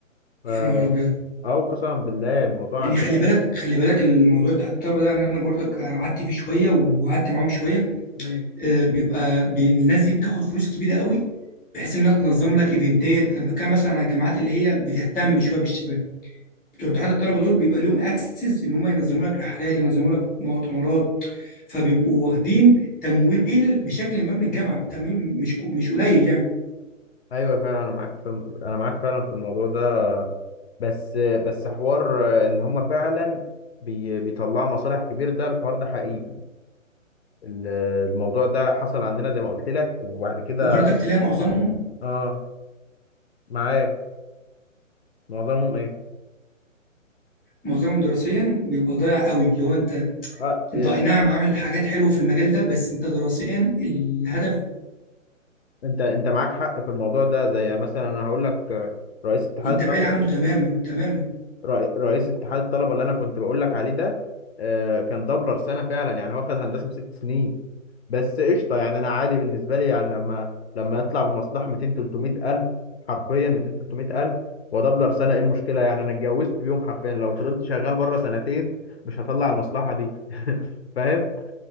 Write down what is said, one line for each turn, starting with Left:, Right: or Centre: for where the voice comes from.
Left: ف
Centre: يا نهار ابيض
Left: أو قسما بالله الموضوع
Centre: يعني
Left: عندنا
Centre: خلي بالك خلي بالك الموضوع بتاع الطلبه ده يعني انا برضك قعدت فيه شويه وقعدت معاهم شويه
Left: مم.
Centre: آه، بيبقى بي- الناس دي بتاخد فلوس كبيره قوي بحيث انها تنظم لك ايفنتات انا بتكلم مثلا على الجامعات اللي هي بتهتم شويه بالشباب بتوع
Left: مم.
Centre: اتحاد الطلبه دول بيبقى ليهم اكسس ان هم ينظموا لك رحلات ينظموا لك مؤتمرات فبيبقوا واخدين تمويل بشكل ما من الجامعه تمويل مش مش قليل يعني
Left: ايوه فعلا انا معاك في الم- انا معاك فعلا في الموضوع ده بس بس حوار ان هم فعلا بي بيطلعوا مصالح كبير ده الحوار ده حقيقي ال- الموضوع ده حصل عندنا زي ما قلت لك وبعد كده
Centre: وبرضك تلاقي معظمهم
Left: اه معاه معظمهم ايه
Centre: معظمهم دراسيا بيبقى ضايع قوي لو انت
Left: اه
Centre: انت
Left: إيه،
Centre: اي نعم عامل حاجات حلوه في المجال ده بس انت دراسيا الهدف
Left: انت انت معاك حق في الموضوع ده زي مثلا انا هقول لك آه، رئيس اتحاد
Centre: انت
Left: الطلبه
Centre: بعيد عنه تماما تماما
Left: رئي- رئيس اتحاد الطلبه اللي انا كنت بقول لك عليه ده آه، كان دبلر سنه فعلا يعني هو خد هندسه في ست سنين بس قشطه يعني انا عادي بالنسبه لي يعني لما لما يطلع بمصلحه 200 300 الف حرفيا 200 300 الف ودبلر سنه ايه المشكله يعني انا اتجوزت بيوم حرفيا لو فضلت شغال بره سنتين مش هطلع المصلحه دي <laughs> فاهم